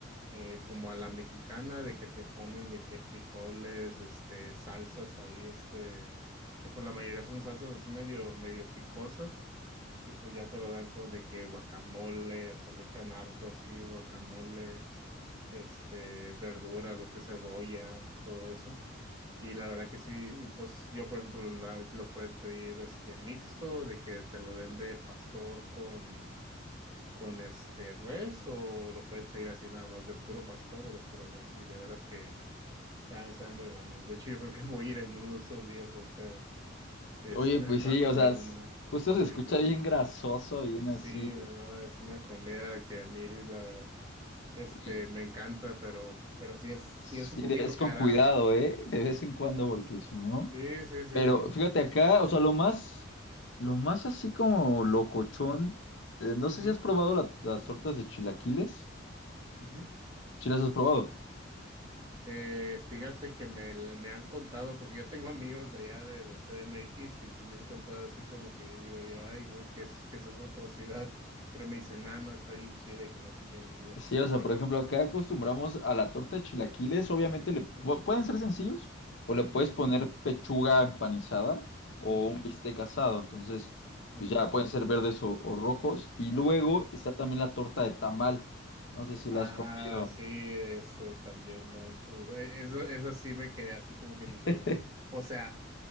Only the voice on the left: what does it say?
Oye, pues
sí,
o sea, es-
justo se
escucha
bien
grasoso, bien
así.
Y
sí,
es con
cuidado, ¿eh? De vez en cuando, porque si no.
Pero
fíjate acá, o sea, lo más, lo más así como locochón, eh, no sé
si has probado la- las tortas de chilaquiles.
¿Sí las has probado?
Sí, o sea,
por ejemplo, acá acostumbramos a la torta de chilaquiles, obviamente le
pu- pueden ser sencillos, o le
puedes poner pechuga empanizada o
un bistec asado, entonces,
pues ya pueden ser verdes o, o rojos. Y luego
está también la torta de tamal, no sé si la
has comido.
<laughs>